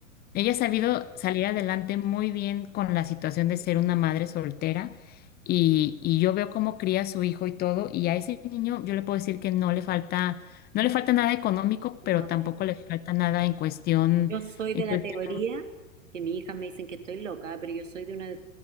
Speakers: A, on the left; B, on the right.
A: ella ha sabido salir adelante muy bien con la situación de ser una madre soltera y, y yo veo cómo cría a su hijo y todo, y a ese niño yo le puedo decir que no le falta, no le falta nada económico,
B: No,
A: pero tampoco le falta nada en cuestión,
B: Yo soy de
A: en cuestión,
B: la teoría, que mis hijas me dicen que estoy loca, pero yo soy de una de,